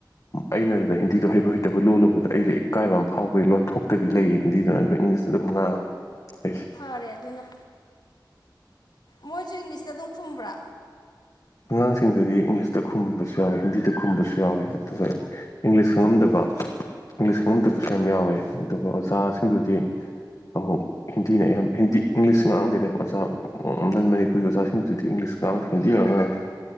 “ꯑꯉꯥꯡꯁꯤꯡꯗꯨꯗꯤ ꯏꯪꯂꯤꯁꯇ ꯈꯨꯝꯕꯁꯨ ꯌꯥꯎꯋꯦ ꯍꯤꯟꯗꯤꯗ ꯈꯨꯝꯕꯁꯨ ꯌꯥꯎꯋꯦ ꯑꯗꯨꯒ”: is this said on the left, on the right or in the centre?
Left